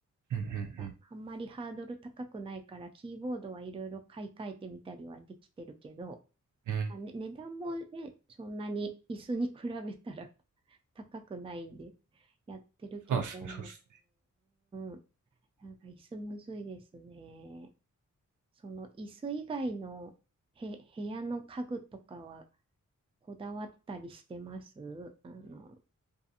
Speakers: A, on the right (about 70°); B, on the right (about 20°).
A: うん、うん、
B: ああんまりハードル高くないから、キーボードはいろいろ買い替えてみたりはできてるけど、
A: うん。うん、
B: まあね、値段もね、そんなに椅子に比べたら <laughs> 高くないんで、やってるけど、
A: そうですね、そうですね。
B: うん、なんか椅子むずいですね。その椅子以外のへ、部屋の家具とかはこだわったりしてますあの、